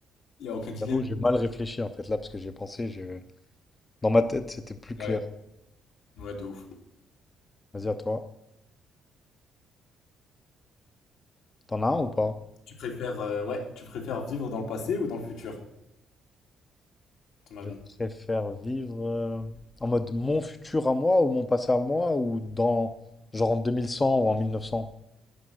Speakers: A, on the left (about 75°); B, on the left (about 15°).
A: Il n'y a aucun dilemme.
B: J'avoue, j'ai mal réfléchi en fait là parce que j'ai pensé, je... dans ma tête, c'était plus clair.
A: Ouais, ouais, de ouf.
B: Vas-y, à toi. T'en as un ou pas?
A: Tu préfères, euh, ouais, tu préfères vivre dans le passé ou dans le futur, à ton avis?
B: Je préfère vivre euh, en mode mon futur à moi ou mon passé à moi ou dans genre en 2100 ou en 1900.